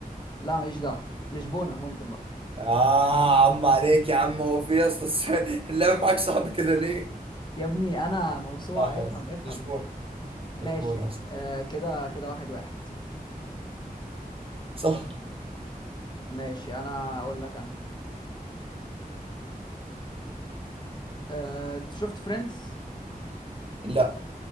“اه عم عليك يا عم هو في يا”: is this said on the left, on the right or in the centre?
Right